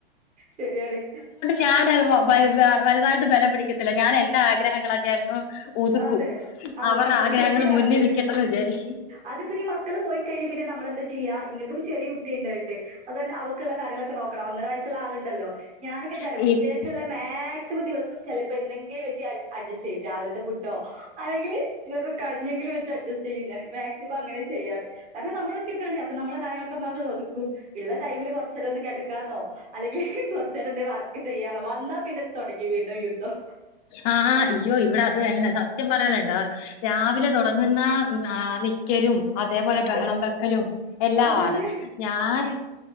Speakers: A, on the right; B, on the left.
A: ശരിയാണ്.
B: ഞാനര്ന്നു വലുതാ വലുതായിട്ട് ബലം പിടിക്കത്തില്ല. ഞാനന്റെ ആഗ്രഹങ്ങളൊക്കെ എന്നോ ഒതുക്കൂ.
A: അതെ. ആഹ്
B: അവറ
A: ഒതുക്കും.
B: ആഗ്രഹങ്ങൾ
A: ശരിയാണത്.
B: മുന്നി വിക്കട്ടെന്ന് വിചാരി
A: അത് പിന്നെ ഈ മക്കള് പോയിക്കഴിഞ്ഞാ പിന്നെ നമ്മളെന്താ ചെയ്യാ ഇങ്ങക്കിപ്പ ചെറിയ കുട്ടിൻണ്ടായിട്ട് അതന്നെ അവക്ക്ള്ള കാര്യങ്ങളൊക്കെ നോക്കണം. ഒന്നര വയസ്സ്ള്ള ആള്ണ്ടല്ലോ. ഞാനൊക്കെന്താറിയൊ
B: വിചാരിക്കും.
A: ഉച്ചേക്ക്ള്ള മാക്സിമം ദിവസം ചെലപ്പോ എന്തെങ്കിലും വെച്ച് അഡ്ജസ്റ്റ് ചെയ്യും രാവിലത്തെ ഫുഡ് ട്ടോ അല്ലെങ്കില് വെറും കഞ്ഞിയെങ്കിലും വെച്ച് അഡ്ജസ്റ്റ് ചെയ്യും ഞാന് മാക്സിമം അങ്ങനെ ചെയ്യാറ്. കാരണം നമ്മളൊറ്റക്കാണ്. അപ്പ നമ്മളെ കാര്യങ്ങളൊക്കെ ഒന്നാത് ഒതുക്കും. ഇള്ള ടൈമില് കൊർച്ചേരം ഒന്ന് കെടക്കാന്നോ അല്ലെങ്കി കൊർച്ചേരം എന്തേം വർക്ക് ചെയ്യാന്നോ വന്നാ പിന്നെ തൊടങ്ങി വീണ്ടും യുദ്ധം.
B: ആഹ് അയ്യോ ഇവിടെ അത് തന്നെ സത്യം പറയലണ്ടോ രാവിലെ
A: ഉം
B: തൊടങ്ങുന്ന ക്കലും അതേപോലെ
A: അതെ.
B: ബഹളം വെക്കലും എല്ലാമാണ്
A: അതന്നെ.
B: ഞാൻ